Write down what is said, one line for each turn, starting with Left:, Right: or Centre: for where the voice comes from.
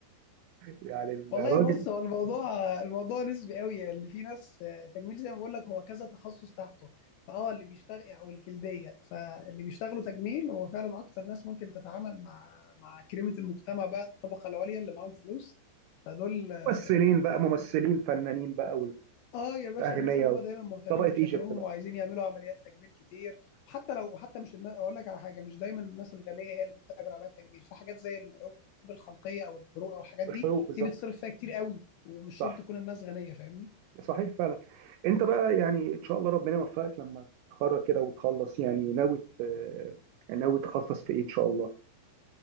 Right: يعني الراجل
Left: والله بص هو الموضوع الموضوع نسبي قوي يعني اللي في ناس آه، تجميل زي ما بقول لك هو كذا تخصص تحته فاه اللي بيشتغل او الجلديه فاللي بيشتغلوا تجميل هو فعلا اكتر ناس ممكن تتعامل مع مع كريمه المجتمع بقى الطبقه العليا اللي معاهم فلوس فدول آه،
Right: ممثلين بقى
Left: هي-
Right: ممثلين فنانين بقى
Left: اه يا باشا
Right: اغنياء
Left: الناس اللي
Right: أوي.
Left: هم دايما مهتمين
Right: طبقه
Left: بشكلهم
Right: ايجيبت بقى
Left: وعايزين يعملوا عمليات تجميل كتير وحتى لو وحتى مش النا- اقول لك على حاجه مش دايما الناس الغنيه هي اللي بتعمل عمليات تجميل في حاجات زي العيوب الخلقيه او الحروق او الحاجات
Right: والحروق
Left: دي
Right: بالظبط
Left: دي بتصرف فيها كتير قوي ومش
Right: صح
Left: شرط تكون الناس غنيه فاهمني
Right: صحيح فعلا انت بقى يعني ان شاء الله ربنا يوفقك لما تتخرج كده وتخلص يعني ناوي ت- يعني ناوي تخصص في ايه ان شاء الله